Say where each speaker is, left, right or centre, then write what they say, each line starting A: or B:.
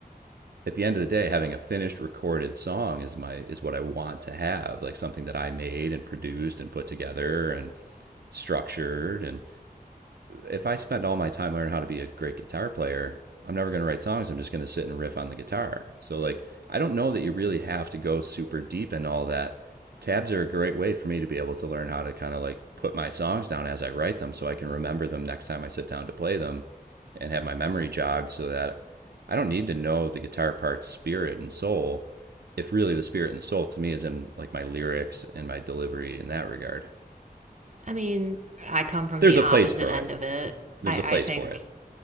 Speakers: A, on the right (about 85°); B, on the right (about 50°).
A: At the end of the day, having a finished recorded song is my is what I want to have, like something that I made and produced and put together and structured. And if I spend all my time learning how to be a great guitar player, I'm never going to write songs. I'm just going to sit and riff on the guitar. So, like, I don't know that you really have to go super deep in all that. Tabs are a great way for me to be able to learn how to kind of like put my songs down as I write them so I can remember them next time I sit down to play them and have my memory jogged so that I don't need to know the guitar part's spirit and soul if really the spirit and the soul to me is in like my lyrics and my delivery in that regard.
B: I mean, I come from
A: There's
B: the
A: a
B: opposite
A: place for
B: end
A: it.
B: of it.
A: There's
B: I,
A: a place
B: I think
A: for it.